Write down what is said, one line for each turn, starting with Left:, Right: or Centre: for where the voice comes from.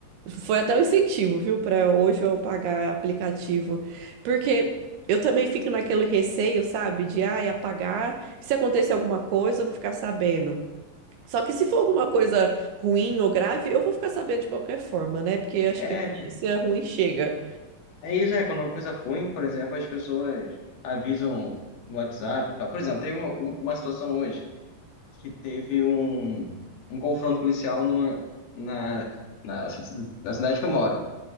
Right: foi até um incentivo, viu, Para hoje eu pagar aplicativo. Porque eu também fico naquele receio, sabe, de ai, apagar, se acontecer alguma coisa, eu não ficar sabendo. Só que se for alguma coisa ruim ou grave, eu vou ficar sabendo de qualquer forma, né? Porque acho
Left: É,
Right: que notícia ruim chega.
Left: é isso, é. Quando é uma coisa ruim, por exemplo, as pessoas avisam no WhatsApp e tal. Por exemplo, teve uma, uma situação hoje. que teve um, um confronto policial numa, na, na, ci- na cidade que eu moro.